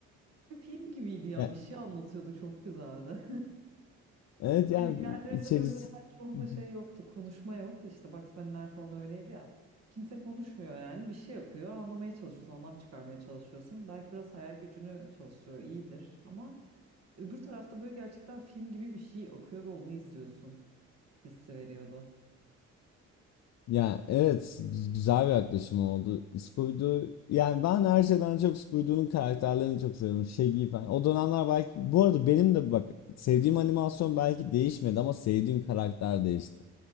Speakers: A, on the right (about 55°); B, on the left (about 65°).
A: Bir film gibiydi ya
B: Ya,
A: bir şey anlatıyordu çok güzeldi.
B: evet yani
A: Hani diğerlerinde
B: içerisi.
A: böyle mesela çoğunda
B: <laughs>
A: şey yoktu. Konuşma yok. İşte Bugs Bunny'ler falan öyleydi ya. Kimse konuşmuyor yani. Bir şey akıyor. Anlamaya çalışıyorsun. Anlam çıkarmaya çalışıyorsun. Belki biraz hayal gücünü çalıştırıyor. iyidir Ama öbür tarafta böyle gerçekten film gibi bir şey akıyor ve onu izliyorsun. Hissi veriyordu.
B: Yani evet güzel bir yaklaşım oldu. Scooby-Doo yani ben her şeyden çok Scooby-Doo'nun karakterlerini çok seviyorum. Shaggy falan. O dönemler belki bu arada benim de bak sevdiğim animasyon belki değişmedi ama sevdiğim karakter değişti.